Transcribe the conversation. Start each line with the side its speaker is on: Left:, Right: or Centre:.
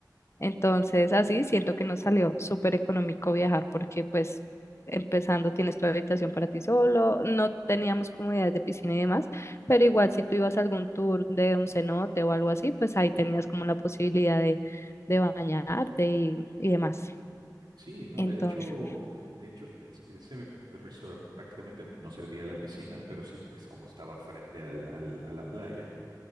Left: Entonces, así siento que nos salió súper económico viajar porque pues empezando tienes tu habitación para ti solo, no teníamos comodidades de piscina y demás, pero igual si tú ibas a algún tour de un cenote o algo así, pues ahí tenías como la posibilidad de, de bañarte y, y demás.
Right: Sí, no,
Left: Entonces,
Right: de hecho, de hecho, es- ese resort prácticamente no servía a la piscina, pero sí es como estaba frente al- al- a la playa.